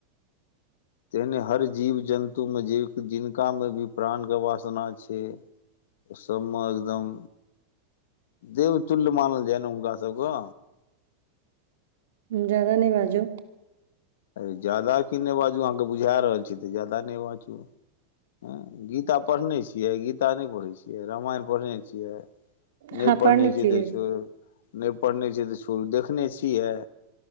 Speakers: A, on the left; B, on the right.
A: तेहने हर जीव जन्तुमे जे जिनकामे भी प्राणके वासना छै ओ सभमे एकदम देवतुल्य मानल जाय ने हुनकास सभके
B: ज्यदा नहि बाजू
A: ऐ ज्यादा की नहि बाजू अहाँकेँ बुझा रहल छी तऽ ज्यादा नहि बाजू एँ गीता पढ़ने छियै गीता नहि पढ़ै छियै रामायण पढ़ने छियै
B: अहाँ
A: नहि पढ़ने
B: छियै
A: छै तऽ नहि पढ़ने छ तऽ उ देखने छियै